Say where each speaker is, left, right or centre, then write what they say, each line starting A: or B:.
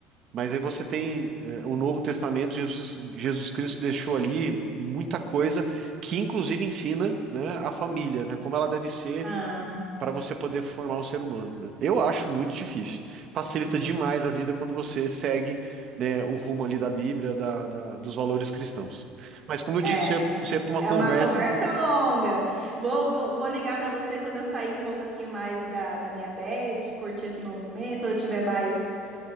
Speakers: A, on the right; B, on the right.
A: Mas aí você tem eh, o Novo Testamento, Jesus, Jesus Cristo deixou ali muita coisa que inclusive ensina, né, a família, né, como ela deve ser
B: Ah.
A: para você poder formar um ser humano, né? Eu acho muito difícil. Facilita demais a vida quando você segue, né, o rumo ali da Bíblia, da, da- dos valores cristãos. Mas como eu disse,
B: É,
A: isso é, isso é para uma
B: é
A: conversa.
B: uma conversa longa. Vou, vou, vou ligar para você quando eu sair um pouco aqui mais da, da minha bed, curtir aqui meu momento. Quando eu tiver mais,